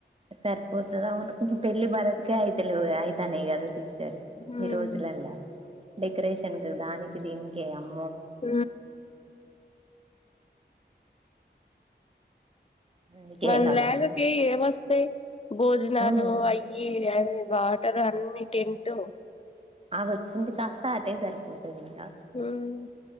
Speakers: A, on the right (about 30°); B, on the left (about 35°).
A: సరిపోతుదావును పెళ్లి భారత్ అయితే అయతాేద సరే
B: ఉమ్
A: ఈ రోజులలా డెకరేషన్ క దానికి దీంకేయమ్
B: ఆ
A: అందుకే
B: మన
A: లవ్
B: లేగ కే ఏ బస్ స భోజనాలు
A: ఉమ్
B: అయ్యి వాటర్ అన్ని టెంట్
A: అ వచ్చింది కాస్త అటే సరిపోద్ది సరియ
B: ఉమ్